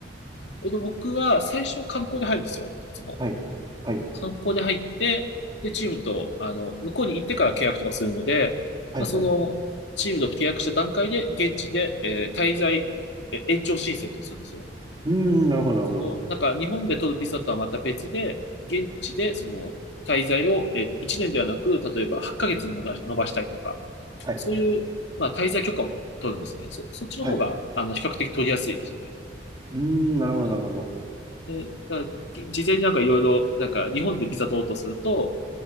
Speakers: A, on the left (about 75°); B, on the right (about 25°).
A: えっと、僕は最初観光で入るんですよ。いつも。
B: はい、はい、
A: 観光で入って、で、チームと、あの、向こうに行ってから契約とかするので、
B: はい、
A: まあ、その、
B: はい。
A: チームと契約した段階で、現地で、えー滞在、え延長申請とかするんですよ。
B: うーん、なるほど、なるほど。
A: その、なんか、日本で取るビザとはまた別で、現地で、その、滞在を、え1年ではなく、例えば8ヶ月にもだ延ばしたいとか、
B: はい、
A: そういう、まあ、滞在許可を取るんですね。そ、そっちの方が、
B: はい。
A: あの、比較的取りやすいですよね。
B: うーん、なるほど、
A: うん。
B: なるほど。
A: で、だから事前になんかいろいろ、なんか、日本でビザ取ろうとすると、